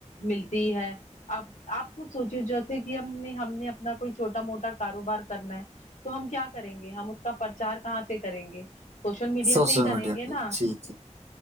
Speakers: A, on the left; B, on the right.
A: ملتی ہے آب آپ کو سوچے جیسے کہ ہم نے ہم نے اپنا کوئی چھوٹا موٹا کاروبار کرنا ہے تو ہم کیا کریں گے ہم اس کا پرچار کہاں سے کریں گے سوشل میڈیا
B: سوشل
A: سے ہی کریں
B: میڈیا
A: گے
B: پہ
A: نا
B: جی جی